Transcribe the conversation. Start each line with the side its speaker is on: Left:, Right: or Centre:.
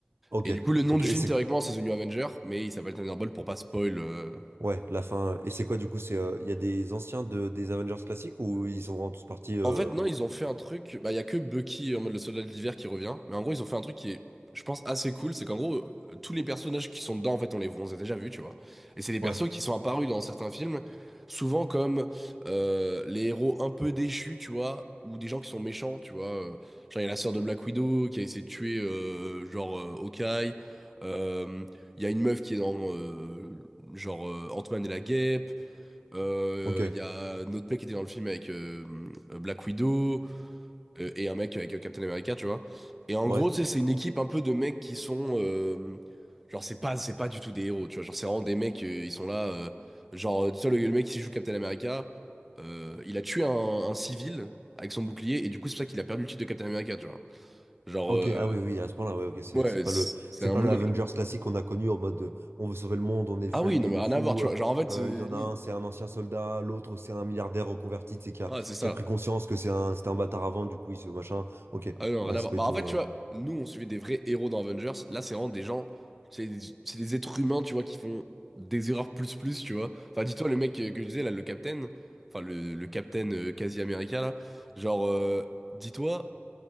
Right: ok,
Centre: Et du coup le nom
Right: ok.
Centre: du
Right: Et
Centre: film
Right: c'est
Centre: théoriquement c'est The New Avengers mais il s'appelle Thunderbolt pour pas spoil euh,
Right: ouais, la fin. Et c'est quoi du coup? C'est, euh, il y a des anciens de, des Avengers classiques ou ils sont vraiment tous partis? euh,
Centre: En fait, non, ils ont fait un truc. Bah, il y a que Bucky en mode le soldat de l'hiver qui revient. Mais en gros, ils ont fait un truc qui est, je pense, assez cool. C'est qu'en gros, euh, tous les personnages qui sont dedans, en fait, on les, on les a déjà vus, tu vois. Et c'est des persos
Right: Ouais,
Centre: qui sont apparus dans certains films, souvent comme euh, les héros un peu déchus, tu vois, ou des gens qui sont méchants, tu vois. Euh, Genre, il y a la sœur de Black Widow qui a essayé de tuer, euh, genre, euh, Hawkeye. Euh, Il y a une meuf qui est dans, euh, genre, euh, Ant-Man et la Guêpe. Euh,
Right: ok,
Centre: Il y a notre mec qui était dans le film avec euh, Black Widow euh, et un mec avec euh, Captain America, tu vois. Et en
Right: ouais.
Centre: gros, tu sais, c'est une équipe un peu de mecs qui sont. euh, genre, c'est pas, c'est pas du tout des héros, tu vois. Genre, c'est vraiment des mecs, euh, ils sont là. euh, genre, euh, tu vois, le, le mec qui joue Captain America, euh, il a tué un, un civil avec son bouclier et du coup, c'est pour ça qu'il a perdu le titre de Captain America, tu vois. Genre,
Right: Ok,
Centre: euh,
Right: ah oui, oui, à ce point-là, ouais, ok, c'est
Centre: ouais,
Right: c'est pas
Centre: c'est
Right: le,
Centre: c'est
Right: c'est
Centre: un
Right: pas
Centre: mongol,
Right: le Avengers
Centre: tu vois.
Right: classique qu'on a connu en mode euh, on veut sauver le monde, on est friendly
Centre: Ah oui, non, mais
Right: de
Centre: rien
Right: fou.
Centre: à voir, tu
Right: euh,
Centre: vois. Genre, en fait,
Right: euh,
Centre: euh,
Right: Il y en a
Centre: oui.
Right: un, c'est un ancien soldat, l'autre, c'est un milliardaire reconverti, tu sais, qui a,
Centre: Ouais, c'est ça.
Right: qui a pris conscience que c'est un, c'était un bâtard avant, du coup, il se machin. Ok,
Centre: Ah non, rien
Right: ouais,
Centre: à
Right: c'est
Centre: voir.
Right: pas
Centre: Bah,
Right: du tout.
Centre: en fait,
Right: euh,
Centre: tu vois, nous, on suivait des vrais héros dans Avengers. Là, c'est vraiment des gens. C'est des, c'est des êtres humains, tu vois, qui font des erreurs plus plus, tu vois. Enfin, dis-toi, le mec euh, que je disais, là, le Captain. Enfin, le, le Captain euh, quasi américain, là. Genre, euh, dis-toi,